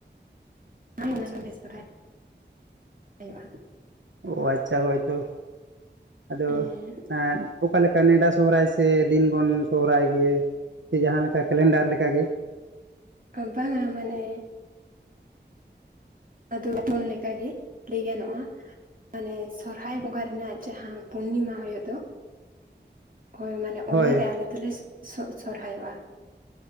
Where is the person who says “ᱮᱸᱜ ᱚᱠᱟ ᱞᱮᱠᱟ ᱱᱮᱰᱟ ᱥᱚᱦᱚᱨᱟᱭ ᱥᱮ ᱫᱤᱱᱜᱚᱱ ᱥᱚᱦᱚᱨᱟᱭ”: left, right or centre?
Right